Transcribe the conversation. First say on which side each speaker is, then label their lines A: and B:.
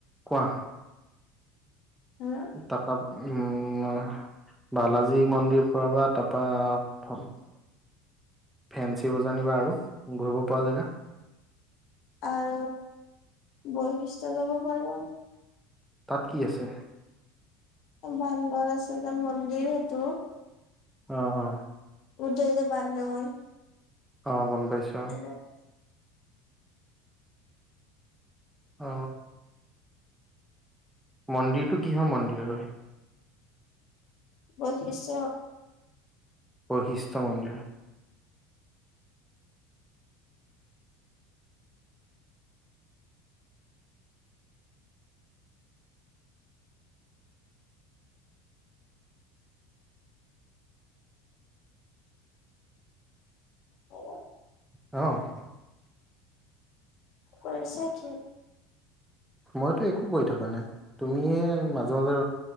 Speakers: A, in the centre; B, on the left (about 50°).
A: কোৱা
B: হেল্ল'
A: তাপা, উম বালাজী মন্দিৰ ফুৰাবা, তাৰপৰা ফেঞ্চি বজাৰানিবা আৰু ঘূৰিব পৰা জেগা।
B: আৰু বৈশিষ্টয় যাব পাৰিব।
A: তাত কি আছে।
B: বান্দৰ আচলতে মন্দিৰ সেইটো।
A: অ অ
B: গোটেই যে বান্ধৰ,
A: অ গম পাইছো
B: এটা
A: অ, মন্দিৰটো কিহৰ মন্দিৰ হয়।
B: বৈশিষ্ট,
A: বৈশিষ্ট মন্দিৰ।
B: <unintelligible>
A: অ,
B: কৰিছা কি।
A: মইতো একো কৰি থকা নাই তুমিয়ে মাজে মাজে